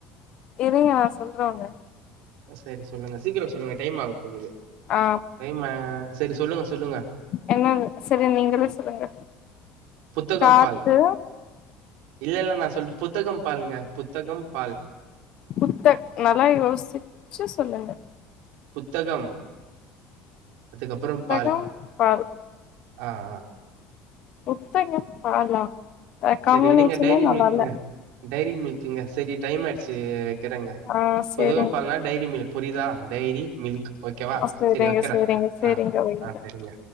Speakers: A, on the left; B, on the right.
A: இருயா சொல்றாங்க
B: சரி சொல்லுங்க சீக்கிர சொல்லுங்க டைம் ஆக போகுது
A: ஆ
B: டைம் ம சரி சொல்லுங்க சொல்லுங்க
A: என்னானு சரி நீங்களே சொல்லுங்க
B: புத்தகம்
A: காத்து
B: பால் இல்ல இல்ல நா சொல் புத்தகம் பால்ங்க புத்தகம் பால்
A: புத்த நல்லா யோசிச்சு சொல்லுங்க
B: புத்தகம் அதுக்கப்புறம்
A: புத்தகம்
B: பால்
A: பல்
B: ஆ ஆ
A: புத்தங்கம் பாலா அ காம்பினேஷனே
B: சரி விடுங்க டைரி
A: நல்லால்ல
B: மில்க்குங்க டைரி மில்குங்க சரி டைம் ஆயிடுச்சி வைக்கறேங்க
A: ஆ சேரிங்க
B: புது ம் பால்னா டைரி மில்க் புரியுதா டைரி மில்க் ஓகேவா
A: ஆ சேரிங்க
B: சரி வைக்கற
A: சேரிங்க சேரிங்க
B: ஆ
A: வைங்க
B: ஆ செரிங்க